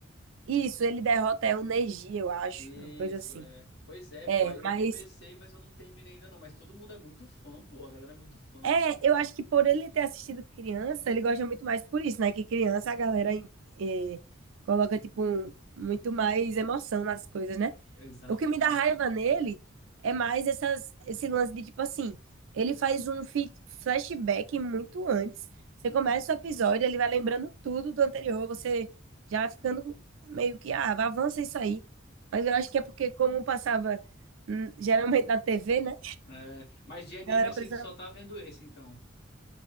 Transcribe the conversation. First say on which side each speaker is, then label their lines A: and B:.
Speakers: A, on the right; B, on the left.
A: Isso, ele derrota é o Neji, eu acho,
B: Isso
A: uma coisa assim.
B: é. Pois é, pô,
A: É,
B: aí eu
A: mas
B: comecei, mas eu não terminei ainda não, mas todo mundo é muito fã, pô, a galera é muito fã.
A: é, eu acho que por ele ter assistido criança, ele gosta muito mais por isso, né? Que criança a galera é, coloca tipo um- muito mais emoção nas coisas, né?
B: Exatamente.
A: O que me dá raiva nele é mais essas, esse lance de tipo assim, ele faz um fi- flashback muito antes. Você começa o episódio, ele vai lembrando tudo do anterior, você já vai ficando meio que, ah, vai, avança isso aí. Mas eu acho que é porque, como passava hum, geralmente na TV, né?
B: É, mas de anime
A: A galera
B: assim
A: precisava.
B: tu só tá vendo esse então.